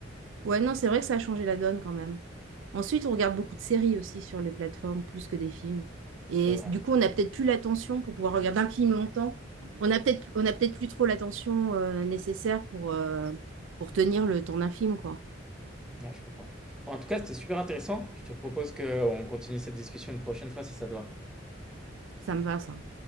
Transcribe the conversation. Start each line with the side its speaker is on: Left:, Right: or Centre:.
Right: Ouais, non, c'est vrai que ça a changé la donne quand même. Ensuite, on regarde beaucoup de séries aussi sur les plateformes, plus que des films. Et
Centre: C'est vrai,
Right: du coup, on n'a peut-être plus l'attention pour pouvoir regarder un film longtemps. On a peut-être on a peut-être plus trop l'attention euh, nécessaire pour, euh, pour tenir le temps d'un film, quoi.
Centre: Ouais, je comprends. Bon, en tout cas c'était super intéressant, je te propose qu'on continue cette discussion une prochaine fois si ça te va.
Right: Ça me va, ça.